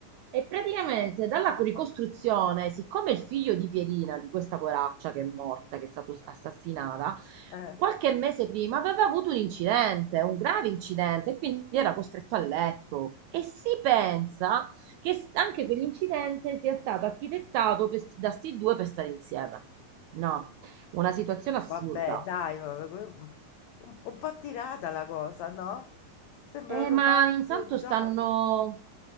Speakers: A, on the right; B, on the left.
A: e praticamente
B: Scusa.
A: dalla ricostruzione, siccome il figlio di Pierina, di questa poraccia che è morta, che è stata assassinata,
B: Eh.
A: qualche mese prima aveva avuto un incidente, un grave incidente, e quindi era costretto a letto. E si pensa che s- anche quell'incidente sia stato architettato per sti- da sti due per stare insieme. No, una situazione assurda.
B: Vabbè, dai, vabbè, que- un, un po' tirata la cosa, no? Sembra
A: Eh,
B: un romanzo
A: ma intanto
B: giallo.
A: stanno.